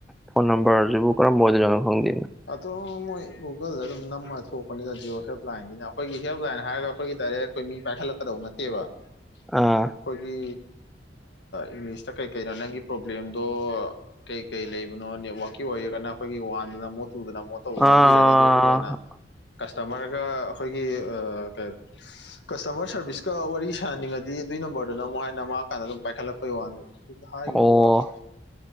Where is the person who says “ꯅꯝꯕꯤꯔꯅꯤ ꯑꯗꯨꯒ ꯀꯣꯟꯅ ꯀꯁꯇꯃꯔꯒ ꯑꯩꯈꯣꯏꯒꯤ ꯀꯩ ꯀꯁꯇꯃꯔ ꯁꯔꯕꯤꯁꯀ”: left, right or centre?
Left